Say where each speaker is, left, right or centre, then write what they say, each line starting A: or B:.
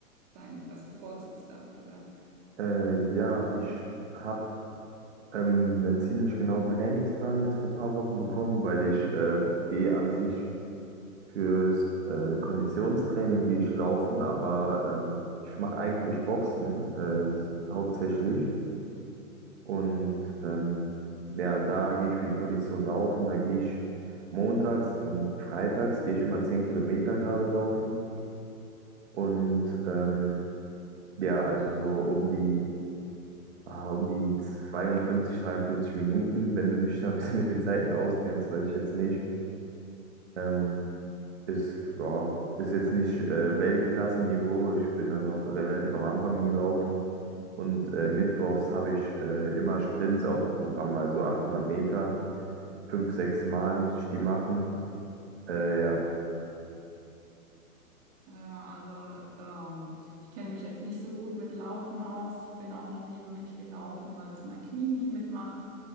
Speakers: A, on the right; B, on the right.
A: dein, was bevorzugst da, du da?
B: äh, ja, ich habe ähm, einen ziemlich genauen Trainingsplan jetzt vor ein paar Wochen bekommen, weil ich äh, gehe an sich fürs äh, Konditionstraining gehe ich laufen, aber ähm, ich mache eigentlich Boxen äh, hauptsächlich. Und ähm, ja, da gehe ich für die Kondition laufen. Da gehe ich montags und freitags gehe ich immer 10 Kilometer gerade laufen. Und ähm, ja, also so um die, ah, um die 52 53 Minuten, wenn du dich da ein bisschen mit den Zeiten auskennst, weiß ich jetzt nicht. Ähm, ist, ja, ist jetzt nicht äh, Weltklasse-Niveau. Ich bin da noch relativ am Anfang im Laufen. Und äh, mittwochs habe ich äh, immer Sprints auf dem Programm, also 800 Meter. fünf, sechs Mal muss ich die machen. Äh, ja.
A: Ja, also ähm, ich kenne mich jetzt nicht so gut mit Laufen aus. Ich bin auch noch nie wirklich gelaufen, weil das mein Knie nicht mitmacht.